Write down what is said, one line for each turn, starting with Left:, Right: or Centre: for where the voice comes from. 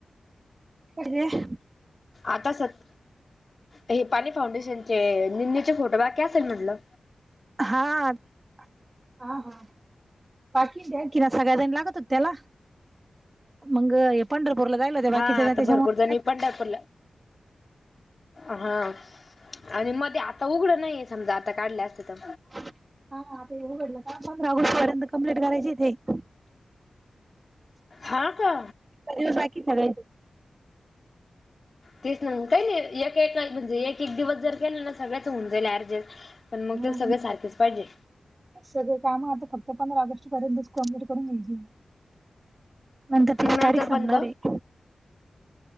Right: <unintelligible>
Left: आता सत हे पाणी फाऊंडेशनचे निम्मीचे फोटो बाकी असेल म्हनलं.
Right: हा, हा हा पाकिजेन. कि ना सगळ्याजणी लागत होत्या त्याला, मंग हे पंढरपूरला जायला होत्या बाकीच्या
Left: हा
Right: जणी
Left: आता
Right: त्याच्यामुळे
Left: भरपूर जणी पंढरपूरला आहा आणि मध्ये आता उघडं नाहीये समजा आता काढले असते तर.
Right: हा आता हे उघडलं का पंधरा ऑगस्ट पर्यंत कंप्लीट करायचेत हे. <inaudible>
Left: हा का
Right: तेच बाकी खरंय
Left: तेच ना काय नाही एक एक म्हणजे एक एक दिवस जर केलं ना सगळ्याचं होऊन जाईल ऍडजेस. पण मग
Right: हा
Left: ते सगळे सारखेच पाहिजे.
Right: सगळे काम आता फक्त पंधरा ऑगस्ट पर्यंतच कंप्लीट करून घ्यायची नंतर त्याची
Left: मग
Right: तारीख संपणार
Left: बंद.
Right: आहे.